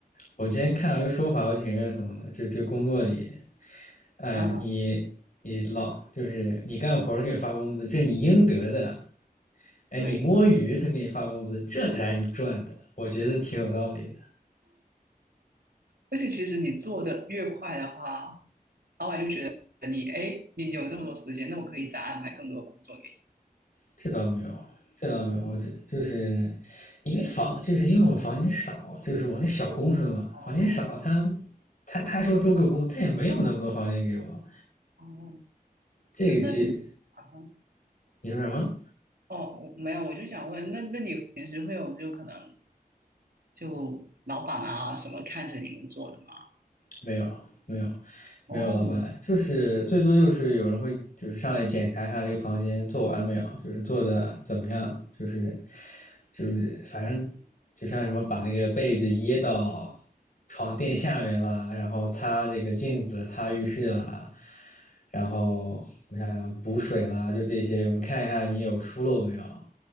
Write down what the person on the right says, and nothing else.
啊，
对。
而且其实你做的越快的话，老板就觉得你，哎，你有这么多时间，那我可以再安排更多的工作给你。
哦
哦，
那那啊
哦，我没有，我就想问，那那你平时会有就可能就老板啊什么看着你们做的吗？
哦，